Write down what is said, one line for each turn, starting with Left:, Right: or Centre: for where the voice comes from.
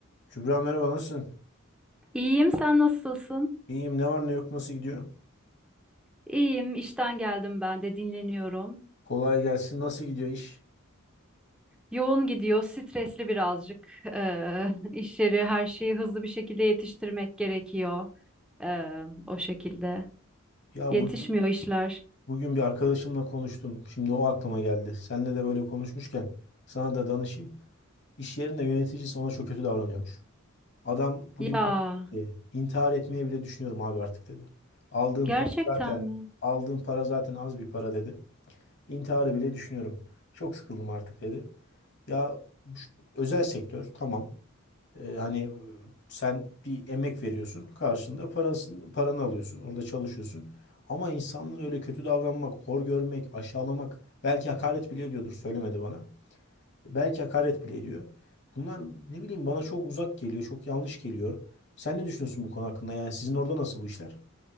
Left: Kübra merhaba nasılsın?
Centre: İyiyim, sen nasılsın?
Left: İyiyim ne var ne yok nasıl gidiyor?
Centre: İyiyim, işten geldim ben de dinleniyorum.
Left: Kolay gelsin nasıl gidiyor iş?
Centre: Yoğun gidiyor, stresli birazcık. Ee, <laughs> işleri, her şeyi hızlı bir şekilde yetiştirmek gerekiyor. Ee, o şekilde.
Left: Ya
Centre: Yetişmiyor
Left: bugün,
Centre: işler.
Left: bugün bir arkadaşımla konuştum. Şimdi o aklıma geldi. Seninle de böyle konuşmuşken sana da danışayım. İş yerinde yöneticisi ona çok kötü davranıyormuş. Adam bugün
Centre: Ya,
Left: bana dedi ki, intihar etmeye bile düşünüyorum abi artık dedi. Aldığım
Centre: gerçekten
Left: para zaten
Centre: mi?
Left: aldığım para zaten az bir para dedi. İntiharı bile düşünüyorum. Çok sıkıldım artık dedi. Ya şu- özel sektör tamam. Ee, hani e, sen bir emek veriyorsun, karşında parasını, paranı alıyorsun, orada çalışıyorsun. Ama insanlara öyle kötü davranmak, hor görmek, aşağılamak, belki hakaret bile ediyordur, söylemedi bana. Belki hakaret bile ediyor. Bunlar ne bileyim bana çok uzak geliyor, çok yanlış geliyor. Sen ne düşünüyorsun bu konu hakkında? Yani sizin orada nasıl bu işler?